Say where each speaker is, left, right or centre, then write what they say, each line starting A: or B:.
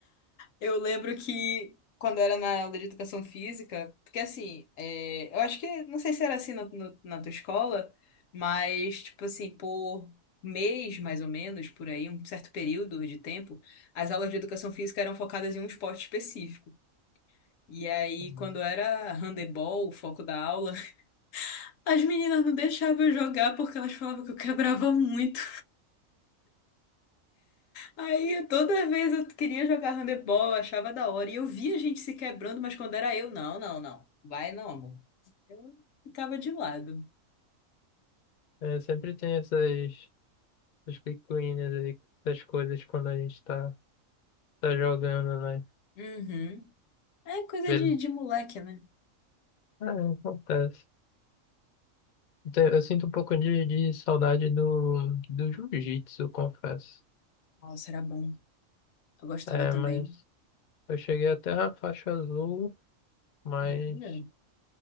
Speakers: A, on the left; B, on the left.
A: Eu lembro que quando eu era na aula de educação física, porque assim, é, eu acho que, não sei se era assim no- no- na tua escola, mas tipo assim, por mês mais ou menos, por aí, um certo período de tempo, as aulas de educação física eram focadas em um esporte específico. E aí,
B: Uhum.
A: quando era handebol, o foco da aula, <laughs> as meninas não deixavam eu jogar porque elas falavam que eu quebrava muito. Aí toda vez eu queria jogar handebol, eu achava da hora. E eu via a gente se quebrando, mas quando era eu, não, não, não. Vai não, amor. Eu ficava de lado.
B: É, sempre tem essas, essas picuinhas aí, essas coisas quando a gente tá, tá jogando, né?
A: Uhum. É coisa
B: Beleza.
A: de, de moleque, né?
B: É, acontece. Então, Eu sinto um pouco de, de saudade do, do jiu-jitsu, eu confesso.
A: Nossa, era bom. Eu gostava
B: É,
A: também.
B: mas Eu cheguei até a faixa azul, mas
A: Olha.